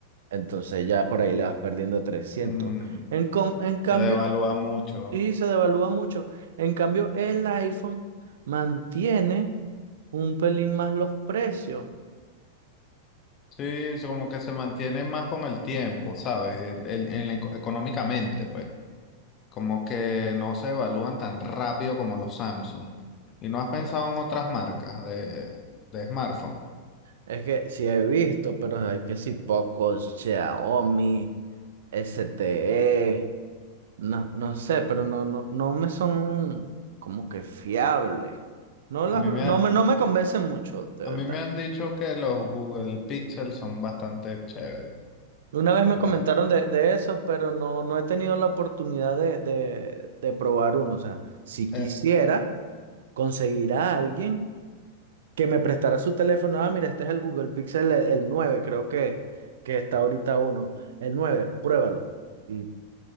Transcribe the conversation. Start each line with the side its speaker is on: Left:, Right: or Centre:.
Right: Entonces ya por ahí le vas perdiendo trescientos.
Left: Mm,
Right: En, com- en cambio,
Left: se devalúa mucho.
Right: sí, se devalúa mucho. En cambio, el iPhone mantiene un pelín más los precios.
Left: Sí, es como que se mantiene más con el tiempo, ¿sabes? El- el- el eco- económicamente, pues. Como que no se evalúan tan rápido como los Samsung. ¿Y no has pensado en otras marcas de, de smartphone?
Right: Es que sí he visto, pero hay que si pocos, Xiaomi, S T E no, no sé, pero no, no, no me son como que fiables. No las,
Left: A mí
Right: no
Left: me ha-
Right: me, no me convencen mucho, de
Left: a
Right: verdad.
Left: mí me han dicho que los Google Pixel son bastante chéveres.
Right: Una vez me
Left: La-
Right: comentaron de, de esos, pero no, no he tenido la oportunidad de, de, de probar uno. O sea, si quisiera
Left: eh,
Right: conseguir a alguien que me prestara su teléfono. Ah, mira, este es el Google Pixel, el, el 9, creo que, que está ahorita uno. El 9. pruébalo. Y